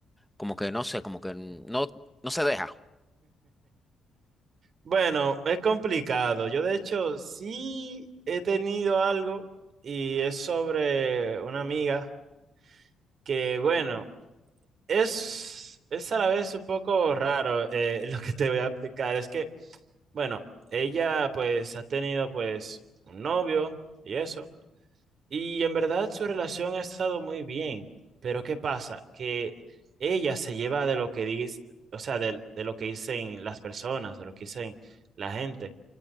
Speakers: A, in the centre; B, on the right.
A: como que no sé, como que no, no se deja?
B: Bueno, es complicado. Yo de hecho sí he tenido algo y es sobre una amiga que, bueno. Es, es a la vez un poco raro eh, <laughs> lo que te voy a explicar. Es que, bueno, ella pues ha tenido pues un novio y eso. Y en verdad su relación ha estado muy bien, pero ¿qué pasa? Que ella se lleva de lo que dice, o sea, de, de lo que dicen las personas, de lo que dicen la gente.